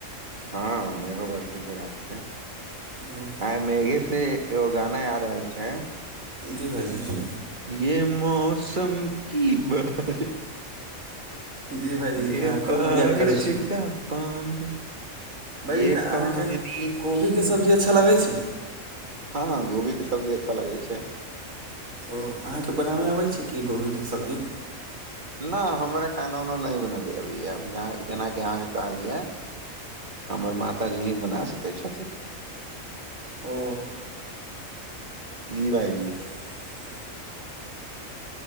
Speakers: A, on the right; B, on the right.
A: हँ मेघो बरसैय छै रात को
B: ओ
A: आ। मेघे से एगो गाना याद आयल छै।
B: जी भाइजी।
A: ये मौसम। की बारिश
B: जी भाईजी
A: ये
B: अहाँ खूब
A: बारिश
B: मजा करै छी
A: का। पानी
B: भाईजी
A: ये
B: तऽ अहाँके
A: पानी
B: कोबीके
A: की।
B: सब्जी अच्छा लगै छी।
A: हँ गोभी के सब्जी अच्छा लगै छै
B: ओ अहाँके बनाबै आबैत छै की गोभीके सब्जी
A: न हमरा खानो ओना नय बनबै अबैया जेनाकि अहाँके कहलिया। हमर माताजी ही बना सकै छथिन।
B: ओ।
A: जी भइजी
B: ठीक